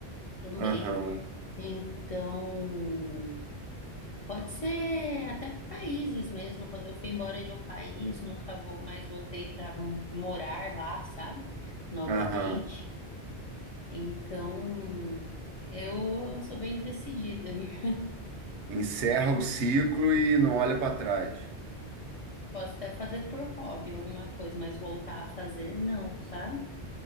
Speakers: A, on the left (about 60°); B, on the right (about 85°).
A: Também.
B: aham,
A: Então, Pode ser até países mesmo. Quando eu fui embora de um país, nunca vou mais voltei para morar lá, sabe? Novamente.
B: aham.
A: Então, eu sou bem decidida. viu? <laughs>
B: Encerra o ciclo e não olha para trás.
A: Posso até fazer por hobby alguma coisa, mas voltar a fazer, não, sabe?